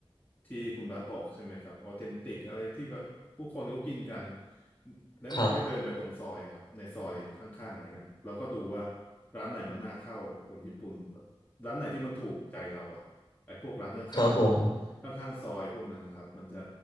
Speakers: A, on the left; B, on the left.
A: ที่คุณบาสบอกใช่ไหมครับออเทนติกอะไรที่แบบผู้คนเขากินกันแนะนำให้เดินไปตรงซอยครับในซอยข้างๆอะไรเงี้ยเราก็ดูว่า
B: ครับ
A: ร้านไหนมันน่าเข้าคนญี่ปุ่น ร้านไหนที่มันถูกใจเราอ่ะไอ้พวกร้านข้างๆข้างๆซอยพวกนั้นนะครับมันจะ
B: ครับผม